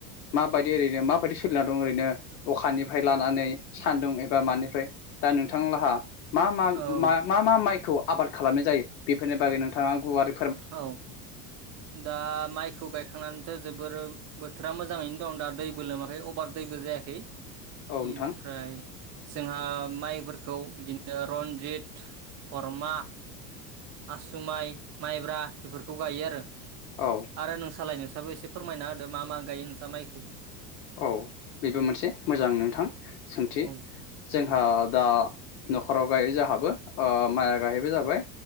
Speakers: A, on the left; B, on the right.
A: माबायदि ओरैनो माबायदि सोलिनानै दं ओरैनो अखानिफ्राय लानानै सान्दुं एबा मानिफ्राय दा नोंथां लाहा मा मा-मा-मा
B: औ
A: माइखौ आबाद खालामनाय जायो बेफोरनि बागै नोंथाङा गुवार
B: औ दा माइखौ गायखांनानैथ' जोबोर बोथोरा मोजाङैनो दं दा दैबो लोमाखै अभार दैबो जायाखै।
A: औ
B: बेनिफ्राय
A: नोंथां
B: जोंहा माइ फोरखौ बिदिनो रनजित खरमा आसु माइ माइब्रा बेफोरखौ गायो आरो
A: औ
B: आरो नोंसालाय नोंस साबो एसे फोरमायना होदो मा मा गायो नोंसा माइखौ?
A: औ बेबो मोनसे मोजां नोंथां। सोंथि
B: औ
A: जोंहा दा न'खराव गायो जाहाबो ओ माइआ गाहैबो जाबाय